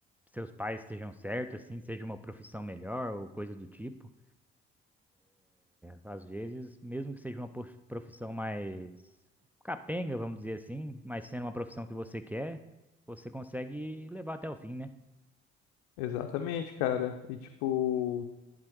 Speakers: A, in the centre; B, on the left.
A: seus pais estejam certos, assim, seja uma profissão melhor ou coisa do tipo. Às vezes, mesmo que seja uma prof- profissão mais capenga, vamos dizer assim, mas sendo uma profissão que você quer, você consegue levar até o fim, né?
B: Exatamente, cara. E tipo.